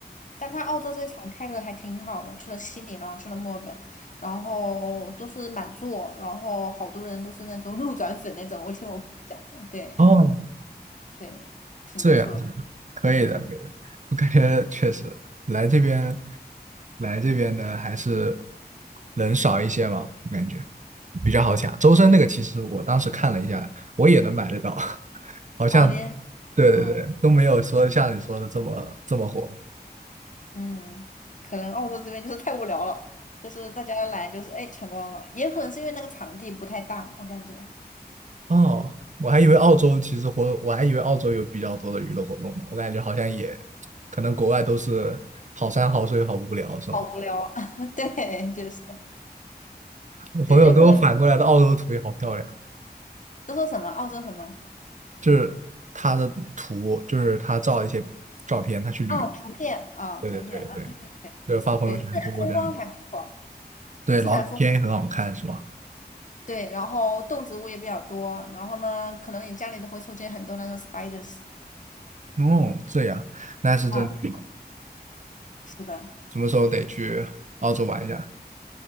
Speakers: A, on the left (about 50°); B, on the right (about 45°).
A: 但他澳洲这场开的还挺好的，去了悉尼，然后去了墨尔本，然后都是满座，然后好多人都是那种 <laughs> 路转粉那种。我听我朋友讲，对
B: 哦，
A: 对，挺不错的。
B: 这样可以的，
A: 嗯，
B: 可以的。我感觉确实来这边，来这边的还是人少一些嘛，我感觉比较好抢。周深那个其实我当时看了一下，我也能买得到。<laughs> 好像
A: 啊，你
B: 对对对，
A: 嗯
B: 都没有说像你说的这么这么火
A: 嗯，可能澳洲这边就是太无聊了，就是大家来就是哎全光了，也可能是因为那个场地不太大，我感觉
B: 哦。我还以为澳洲其实活，我还以为澳洲有比较多的娱乐活动呢。我感觉好像也，可能国外都是好山好水好无聊，是吗？
A: 好无聊啊。<laughs> 对，就是
B: 我朋友给我反过来的澳洲图也好漂亮，
A: 对，就可能都说什么澳洲什么
B: 就是他的图，就是他照了一些照片，他去旅游。
A: 哦，图片啊，
B: 对对对对，
A: 图片啊，
B: 就是发朋友圈通过这样的，
A: 对，自然风光还不错。
B: 对，
A: 自然风
B: 然后天也很好看，是吧？
A: 对，然后动植物也比较多，然后呢，可能你家里都会出现很多那种 spiders
B: 哦，这样，那是真挺好，
A: 啊，对是的，
B: 什么时候得去澳洲玩一下？